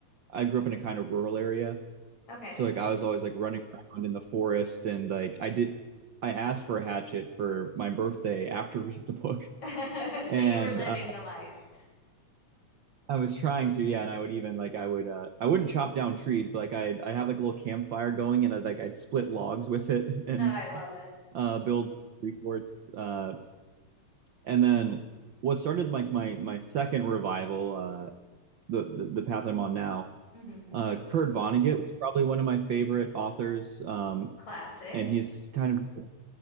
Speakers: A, on the right; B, on the left.
A: I grew up in a kind of rural area,
B: Okay.
A: so like I was always like running around in the forest, and like I did I asked for a Hatchet for my birthday after <laughs> reading the book,
B: <laughs> So
A: and
B: you were living
A: uh,
B: the life.
A: I was trying to yeah, and I would even like I would uh, I wouldn't chop down trees, but like I I have like a little campfire going, and I'd like I'd split logs with it <laughs> and
B: Oh, I love it.
A: uh, build three forts. Uh, and then what started like my my second revival, uh, the, the the path I'm on now.
B: hmm
A: Uh, Kurt Vonnegut was probably one of my favorite authors, um,
B: Classic.
A: and he's kind of